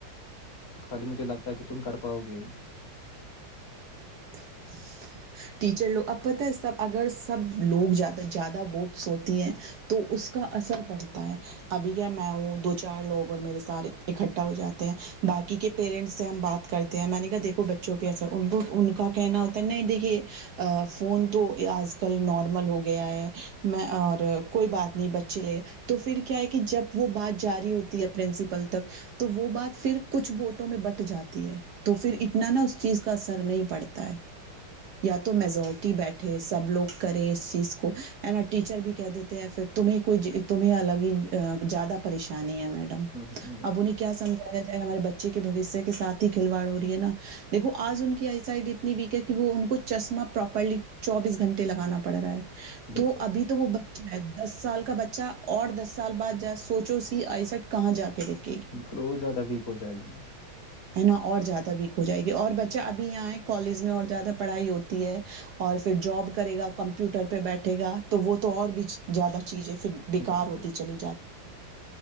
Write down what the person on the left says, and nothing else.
تو خالی مجھے لگتا ہے کہ تم کر پاؤ گے
بالکل
ہ بالکل
بالکل
بالکل اور زیادہ ویک ہو جائے گی
بالکل